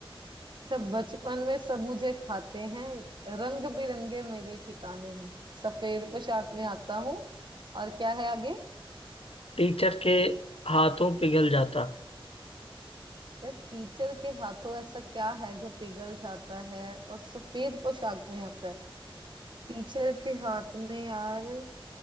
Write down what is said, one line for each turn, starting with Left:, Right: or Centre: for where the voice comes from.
Right: सब बचपन में सब मुझे खाते हैं रंग बिरंगे मेरे ठिकाने हैं सफेद पोशाक में आता हूँ और क्या है आगे
Left: टीचर के हाथों पिघल जाता
Right: या टीचर के हाथों ऐसा क्या है जो पिघल जाता है और सफेद पोशाक में आता है टीचर के हाथ में यार